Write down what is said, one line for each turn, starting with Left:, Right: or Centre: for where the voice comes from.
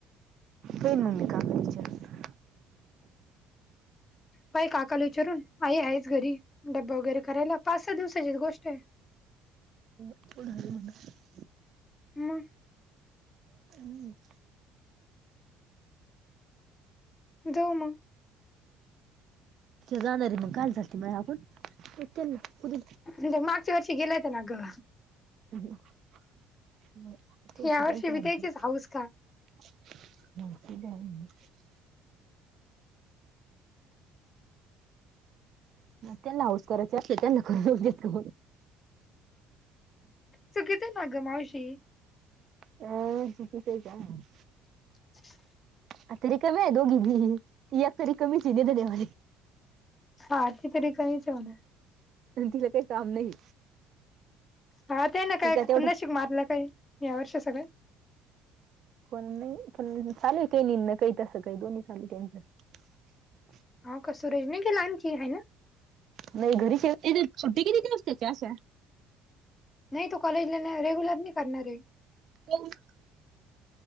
Right: पन मूममी का कचर.
Left: बाई काकाला विचारून आई आहेच घरी डब्बा वगैरे करायला पाच सहा दिवसाचीच गोष्ट आहे.
Right: होणा म्हणा.
Left: हम्म.
Right: <inaudible>
Left: जाऊ मग.
Right: जाणारे कालच असते म्ह आपण
Left: म्हणजे मागच्या वर्षी गेले होते ना ग.
Right: तसलते म्हत
Left: या वर्षी
Right: मला.
Left: बी त्याचीच हाऊस का
Right: नकी का? त्यांना हास करायचे अस त्यांना करेत का.
Left: चुकीचय नाग मावशी?
Right: अ चुकीचय का नाही.
Left: <inaudible>
Right: आता रिकाम्या आहे दोघी घी ती आ तरी कमीच देेतरीव
Left: हाती तरी कमीच आहे.
Right: आणि तिला काही काम नाही.
Left: हा ते ना काय
Right: ती
Left: तुशीिक
Right: तेवढंच
Left: मारलं काय या वर्ष सगळं.
Right: पण नाही पण चालू काही निन काही तसं काही दोन्ही चालू त्यांच्या. <inaudible>
Left: हो का सरज नाही केला आण की आहे ना.
Right: नाही घरी शेव छटी किती असस्तेच्या अशा.
Left: नाही तो कॉलेजला नाही रेग्युलर नाही करणार आहे.
Right: हो. <unintelligible>